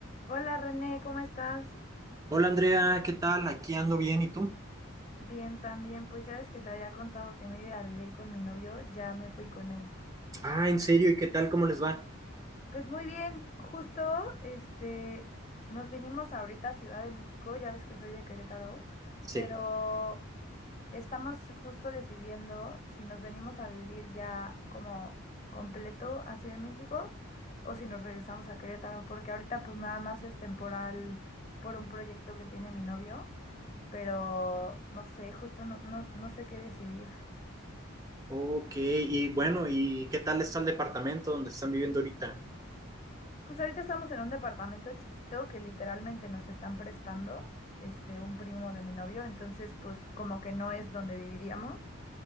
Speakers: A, on the left (about 35°); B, on the right (about 15°).
A: Hola René, ¿cómo estás?
B: Hola Andrea, ¿qué tal? Aquí ando bien, ¿y tú?
A: Bien, también. Pues ya ves que te había contado que me iba a ir a vivir con mi novio, ya me fui con él.
B: Ah, ¿en serio? ¿Y qué tal? ¿Cómo les va?
A: Pues muy bien, justo este nos vinimos ahorita a Ciudad de México, ya ves que soy de Querétaro,
B: Sí.
A: pero estamos justo decidiendo si nos venimos a vivir ya como completo a Ciudad de México o si nos regresamos a Querétaro, porque ahorita pues nada más es temporal por un proyecto que tiene mi novio. pero no sé, justo no, no, no sé qué decidir.
B: Ok, y bueno, ¿y qué tal está el departamento donde están viviendo ahorita?
A: Pues ahorita estamos en un departamento chiquito que literalmente nos están prestando, este, un primo de mi novio, entonces pues como que no es donde viviríamos.